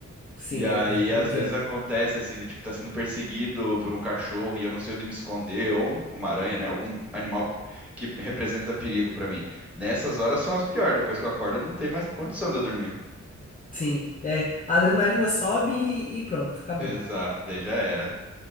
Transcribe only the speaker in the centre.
E aí,
às
vezes acontece assim, de tipo, tá sendo perseguido por um cachorro e eu não sei onde me esconder, ou uma aranha, né? Algum animal que representa perigo pra mim. Nessas horas são as piores, depois que eu acordo, não tem mais condição de eu dormir.
Exato, daí já era.